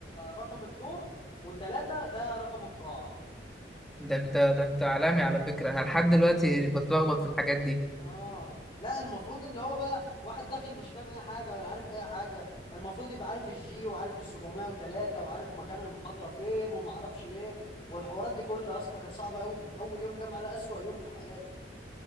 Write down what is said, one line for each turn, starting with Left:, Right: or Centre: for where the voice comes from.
Left: رقم الدور و3 ده رقم القاعة
Centre: ده أنت ده أنت عالمي على فكرة أنا لحد دلوقتي بتلخبط في الحاجات دي
Left: اه لا المفروض اللي هو بقى واحد داخل مش فاهم اي حاجه ولا عارف اي حاجه المفروض يبقى عارف الجي وعارف ال 703 وعارف مكان المحاضره فين وما اعرفش ايه والحوارات دي كلها يا اسطى كانت صعبه قوي اول يوم جامعه ده اسوأ يوم في حياتي